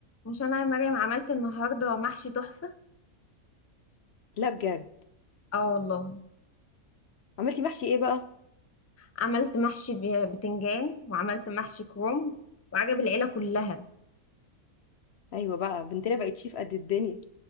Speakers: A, on the left (about 20°); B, on the left (about 55°).
A: مش انا يا مريم عملت النهارده محشي تحفه
B: لا بجد
A: اه والله
B: عملتي محشي ايه بقى
A: عملت محشي ب- بتنجان وعملت محشي كروم وعجب العيله كلها
B: ايوه بقى بنتنا بقت شيف قد الدنيا